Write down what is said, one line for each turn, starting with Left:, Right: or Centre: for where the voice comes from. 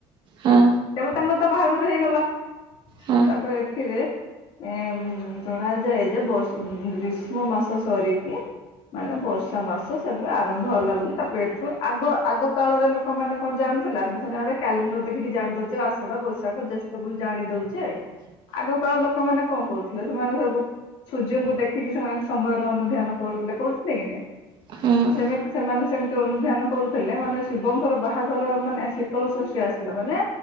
Right: ହଁ
Left: ଏବେ ତାଙ୍କର ତ ବାହାଘର ହେଇଗଲା।
Right: ହଁ
Left: ତାପରେ ଏଥିରେ ଉଁ - ହୁଁ ଜଣା ଯାଏ ଯେ ବର୍ଷ ଗ୍ରୀଷ୍ମ ମାସ ସରିକି ମାନେ ବର୍ଷା ମାସ ସେବେ ଆରମ୍ଭ ହେଲା ବୋଲି ତାପେଟରୁ ଆଗ ଆଗ କାଳର ଲୋ ଲୋକମାନେ କଣ ଜାଣୁଥିଲା ଆମେ ସେ ଏବେ କ୍ୟାଲେଣ୍ଡର ଦେଖିକି ଜାଣି ଦେଉଛେ ଆଷା ବୈଶାଖ କି ଜେଷ୍ଠ ବୋଲି ଜାଣି ଦଉଛେ
Right: <inaudible>
Left: ଆଗ କାଳ ଲୋକମାନେ କଣ କରୁଥିଲେ ସେମାନେ ସବୁ ସୂର୍ଯ୍ୟଙ୍କୁ ଦେଖିକି ସେମାନେ ସମୟର ଅନୁଧ୍ୟାନ କରୁ ଲେ କରୁଥିଲେ କି ନାଇ
Right: ହଁ
Left: ସେମିତି ସେମାନେ ସେମିତି ଅନୁଧ୍ୟାନ କରୁଥିଲେ ମାନେ ଶିବଙ୍କର ବାହାଘର ମାନେ ଶୀତଳ ଷଷ୍ଠୀ ଆସିଲା ମାନେ